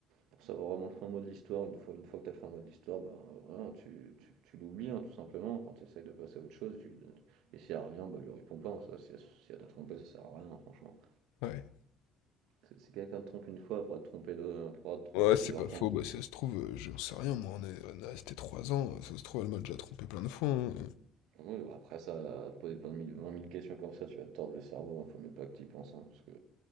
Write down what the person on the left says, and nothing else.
Ouais.
Ouais,
c'est pas faux,
bah, si ça se trouve, heu, j'en sais rien moi, on est on est restés 3 ans, heu, ça se trouve, elle m'a déjà trompé plein de fois, hein,